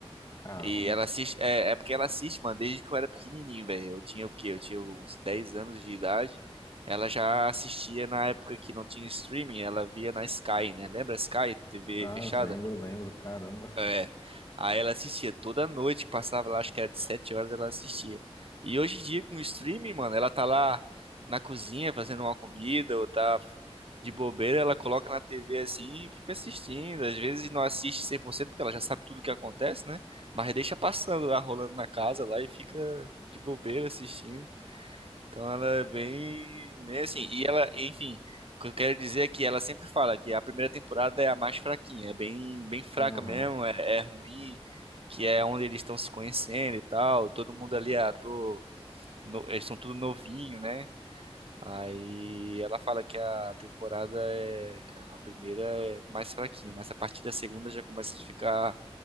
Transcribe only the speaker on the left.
Caramba.
Ah,
lembro, lembro, caramba.
Aham.